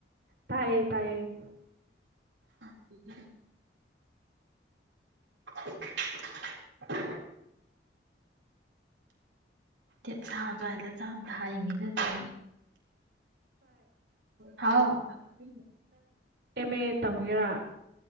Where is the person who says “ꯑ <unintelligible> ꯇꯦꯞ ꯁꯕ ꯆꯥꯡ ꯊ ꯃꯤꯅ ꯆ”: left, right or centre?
Right